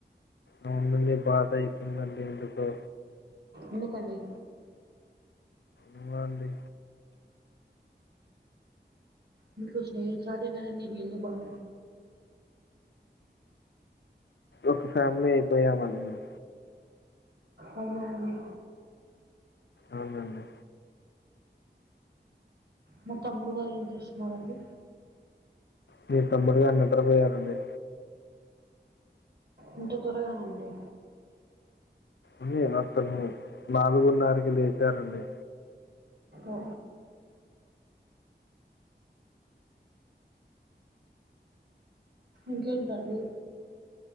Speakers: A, on the left; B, on the right.
A: అవునుండి బాధతుందాండి ఎందుకో
B: ఎందుకండీ
A: ఎమో అండి
B: మీకు స్నేహితురాలే కాదండి ఎందుకుబాధ
A: ఒక ఫ్యామిలీ అయిపోయామండి మేం
B: అవునా అండి
A: అవునండి
B: మా తమ్ముడు గారు ఏం చేస్తున్నారండి
A: మీ తమ్ముడు గారు నిద్ర పోయారండి
B: ఇంత త్వరగానండి
A: అ అతను నాలుగున్నరకి లేచారండి
B: ఓ ఇంకేంటండి